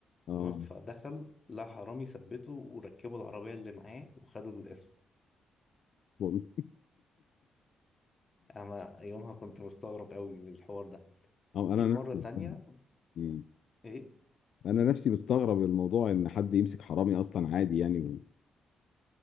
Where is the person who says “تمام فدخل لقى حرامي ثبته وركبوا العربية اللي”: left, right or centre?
Left